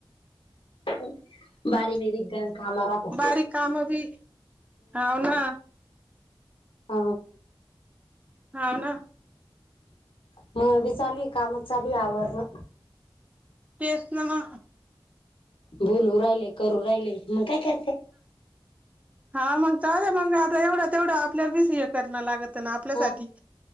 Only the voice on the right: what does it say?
बारीक काम बी हाव ना.
हाव ना.
तेस ना म.
हा, मग चाले मग आता एवढं तेवढं आपल्याला विस हे करण लागत. आपल्यासाठी